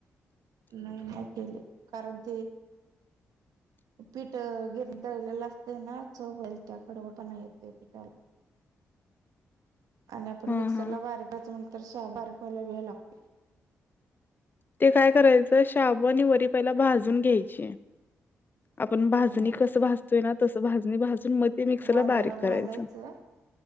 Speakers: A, on the right; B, on the left.
A: नाही नाही केली कारण ते पीठ गिर, दळलेलं असतय ना, चव होईल त्या कडवटा नाही येतय पीठाला. आणि आपण
B: हा
A: मिक्सरला
B: हा
A: बारीककाच म्हण तर सहा बारीक व्हायला वेळ लागतय
B: ते काय करायचं शाबू आणि वरी पहिला भाजून घ्यायची. आपण भाजणी
A: हा
B: कसं भाजतोय ना, तसं भाजणी भाजून मते मिक्सरला
A: हा जरा
B: बारीक
A: भाजायचं
B: करायचं.